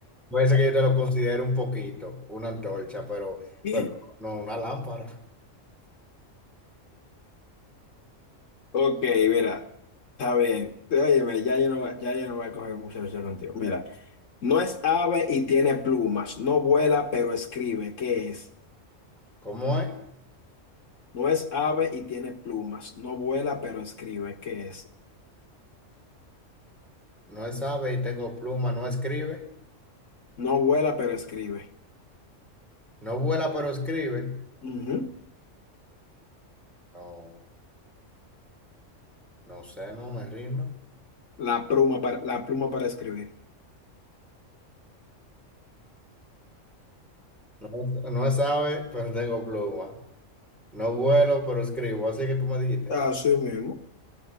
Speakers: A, in the centre; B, on the left.
A: puede ser que yo te lo considere un poquito, una antorcha, pero,
B: <laughs>
A: pero no una lámpara.
B: Ok, mira. Está bien. Óyeme, ya yo no, ya yo no voy a coger mucha lucha contigo. Mira, no es ave y tiene plumas. No vuela, pero escribe. ¿Qué es?
A: ¿Cómo es?
B: No es ave y tiene plumas. No vuela, pero escribe. ¿Qué es?
A: No sabe y tengo pluma, no escribe.
B: No vuela, pero escribe.
A: No vuela, pero escribe.
B: Ujú.
A: No, no sé, no me rindo.
B: La pluma para, la pluma para escribir.
A: No, no sabe, pero tengo pluma. No vuelo, pero escribo, así que tú me dijiste.
B: Así mismo.